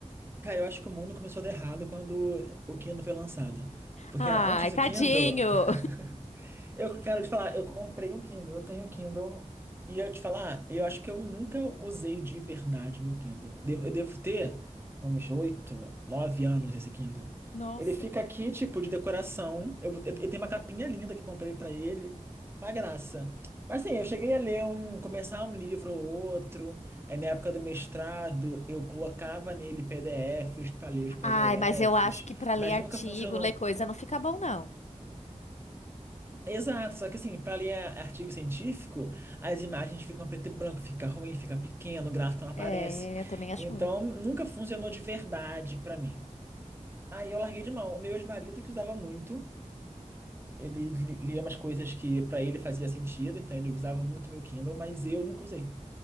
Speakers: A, on the right (about 20°); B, on the left (about 60°).
A: Cara, eu acho que o mundo começou a dar errado quando o Kindle foi lançado. Porque
B: Ai,
A: antes do
B: tadinho!
A: Kindle, <laughs> Eu quero te falar, eu comprei um Kindle, eu tenho um Kindle. E eu te falar, eu acho que eu nunca usei de verdade meu Kindle. Devo- Eu devo ter uns oito, nove anos esse Kindle.
B: <laughs> Nossa.
A: Ele fica aqui, tipo, de decoração. Eu, eu, eu tenho uma capinha linda que eu comprei pra ele. Uma graça. Mas assim, eu cheguei a ler um, começar um livro ou outro. Aí na época do mestrado, eu colocava nele PDFs pra ler os PDFs.
B: Ai, mas eu acho que para ler
A: Mas
B: artigo,
A: nunca funcionou.
B: ler coisa, não fica bom, não.
A: Exato, só que assim, para ler a- artigo científico, as imagens ficam preto e branco, fica ruim, fica pequeno, o gráfico não aparece.
B: É, eu também acho
A: Então,
B: ruim.
A: nunca funcionou de verdade para mim. Aí eu larguei de mão. O meu ex-marido que usava muito, ele li- lia umas coisas que para ele fazia sentido, então ele usava muito meu Kindle, mas eu nunca usei.